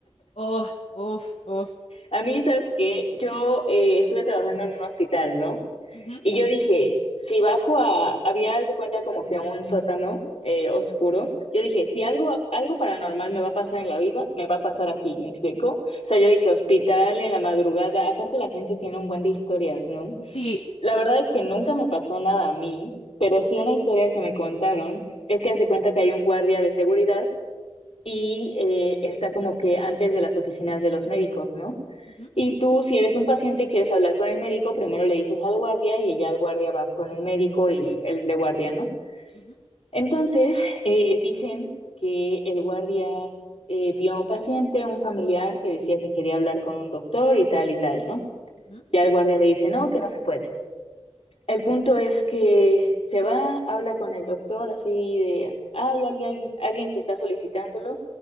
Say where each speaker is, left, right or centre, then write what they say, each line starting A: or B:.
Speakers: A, on the left; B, on the left.
A: Oh, oh, oh.
B: A mí, ¿sabes qué? Yo eh, estuve trabajando en un hospital, ¿no?
A: ujú,
B: Y yo dije, si bajo a, había, haz de cuenta como que un sótano eh, oscuro, yo dije, si algo, algo paranormal me va a pasar en la vida, me va a pasar aquí, ¿me explico? O sea, yo dije, hospital en la madrugada, aparte la gente tiene un buen de historias, ¿no?
A: Sí.
B: La verdad es que nunca me pasó nada a mí, pero sí una historia que me contaron es que hace cuenta que hay un guardia de seguridad y eh, está como que antes de las oficinas de los médicos, ¿no?
A: ujú,
B: Y tú, si eres un paciente y quieres hablar con el médico, primero le dices al guardia y ya el guardia va con el médico y el de guardia, ¿no?
A: ujú,
B: Entonces, eh, dicen que el guardia eh, vio a un paciente, un familiar que decía que quería hablar con un doctor y tal y tal, ¿no?
A: ujú.
B: Ya el guardia le dice, no, que no se puede. El punto es que se va, habla con el doctor así de, ah, hay alguien, alguien que está solicitándolo